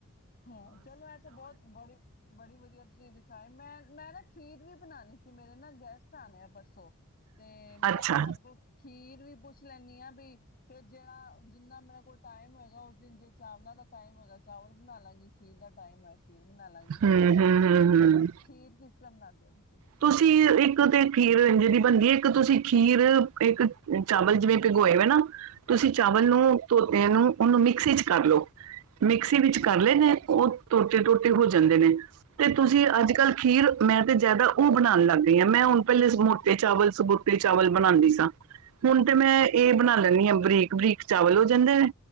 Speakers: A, on the left; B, on the right.
A: ਹ ਚਲੋ ਐਸੇ ਬਹੁਤ ਬੜੇ ਬ। ੜੀ ਵਧੀਆ ਸੀ। ਖ ਮੈਂ ਮੈਂ ਨਾ ਖੀਰ ਵੀ ਬਣਾਉਣੀ ਸੀ ਮੇਰੇ ਨਾ ਗੈਸਟ ਆਉਣੇ ਆ ਪਰਸੋਂ। ਤੇ ਮੈਂ
B: ਅੱਛਾ
A: ਕਿਹਾ ਤੁਹਾਡੇ ਕੋਲ ਖੀਰ ਵੀ ਪੁੱਛ ਲੈਂਦੀ ਆਾਂ ਵੀ ਫਰ ਜਿਹੜਾ ਜਿੰਨਾ ਮੇਰੇ ਕੋਲ ਟਾਈਮ ਹੋਏਗਾ ਜੇ ਚਾਵਲਾਂ ਦਾ ਟਾਈਮ ਹੈਗਾ। ਚਾਵਲ। ਨਾਲਾਂ ਜ ਖਦ ਦਾ ਟਾਈਮ ਹੈ। ਖੀਰ ਬਣਾ ਲਾਂਗੇ
B: ਹੂੰ ਹੂੰ
A: ਤੁਸੀਂ
B: ਹੂੰ ਹੂੰ
A: ਖ ਖੀਰ ਕਿਸ ਨਾਉਦੇ ਹੋ ਤੁਸੀਂ
B: ਤੁਸੀਂ ਇੱਕ ਤੇ ਖੀਰ ਜਿਹਦੀ ਬਣਦੀ ਇੱਕ ਤੁਸੀਂ ਖੀਰ ਇੱਕ ਚਾਵਲ ਜਿਵੇਂ ਭਿਗਏ ਹੋ ਨਾ ਤੁਸੀਂ ਚਾਵਲ
A: ਹਾਂਜੀ
B: ਨੂੰ ਧੋਤਿਆਂ ਨੂੰ ਉਹਨੂੰ ਮਿਕਸੀ ਚ ਕਰ ਲੋ ਮਿਕਸੀ
A: ਅੱਛਾ
B: ਵਿੱਚ ਕਰ ਲੈਨੇ ਉਹ ਟੋਟੇ- ਟੋਟੇ ਹੋ ਜਾਂਦੇ ਨੇ ਤੇ ਤੁਸੀਂ
A: ਹਾਂਜੀ
B: ਅੱਜ ਕੱਲ੍ਹ ਖੀਰ ਮੈਂ ਤੇ ਜਿਆਦਾ ਉਹ ਬਣਾਣ ਲੱਗ ਗਈ ਹਾਂ ਮੈਂ ਹੁਣ ਪਹਿਲੇ ਮੋਟੇ ਚਾਵਲ ਸਬੂਤੇ ਚਾਵਲ ਬਣਾਣੀ ਸਾਂ ਹੁਣ
A: ਹਾਂਜੀ
B: ਤੇ ਮੈਂ ਇਹ ਬਣਾ ਲੈਂਦੀ ਹਾਂ ਬਰੀਕ-ਬਰੀਕ ਚਾਵਲ ਹੋ ਜਾਂਦੇ ਨੇ